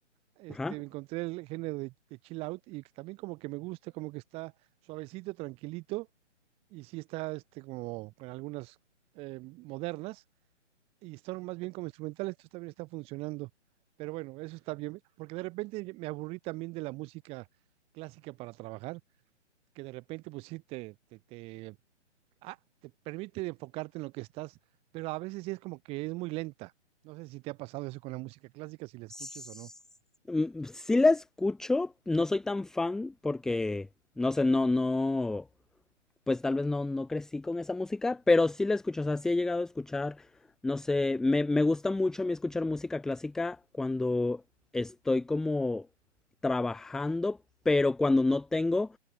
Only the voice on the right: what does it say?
este,
me encontré el género de, de chill out y que también como que me gusta, como que está suavecito, tranquilito y sí está este, como con algunas eh, modernas y están más bien como instrumentales, esto también está funcionando. Pero bueno, eso está bien, porque de repente me aburrí también de la música clásica para trabajar, que de repente pues sí te, te, te, ah, te permite enfocarte en lo que estás, pero a veces sí es como que es muy lenta. No sé si te ha pasado eso con la música clásica, si la escuches
o no.